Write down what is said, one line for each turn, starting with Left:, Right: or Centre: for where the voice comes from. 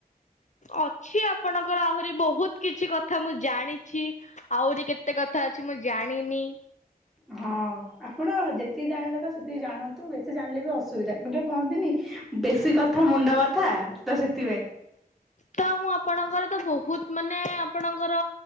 Left: ଅଛି ଆ ଆପଣଙ୍କର ଆହୁରି ବହୁତ କିଛି କଥା ମୁଁ ଜାଣିଛି ଆହୁରି କେତେ କଥା କିଛି ମୁଁ ଜାଣିନି।
Centre: ହଁ ଆପଣ ଯେତିକି ଜାଣିବା କଥା ସେତିକି ଜାଣନ୍ତୁ ବେଶୀ ଜାଣିଲେ ବି ଅସୁବିଧା ଯୋଉ କହନ୍ତିନି ବେଶୀ କଥା ମୁଣ୍ଡ ବଥା ତ ସେଥିପାଇଁ।
Left: ତ ମୁଁ ଆପଣଙ୍କର ତ ବହୁତ ମାନେ ଆପଣଙ୍କର